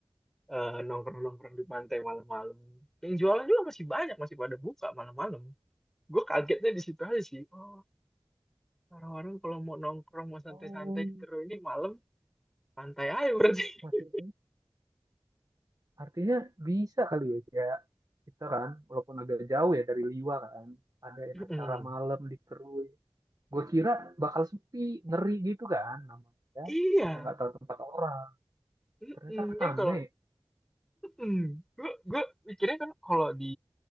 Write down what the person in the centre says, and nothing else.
eh, nongkrong-nongkrong di pantai malam-malam yang jualan juga masih banyak masih pada buka malam-malam gue kagetnya di situ aja sih oh orang-orang kalau mau nongkrong mau santai-santai
di Terus ini malam Pantai aja berarti. <laughs>
Mm-mm.
Iya.
Mm-mm.
Kan
kalau mm Gue gue pikirnya kan kalau di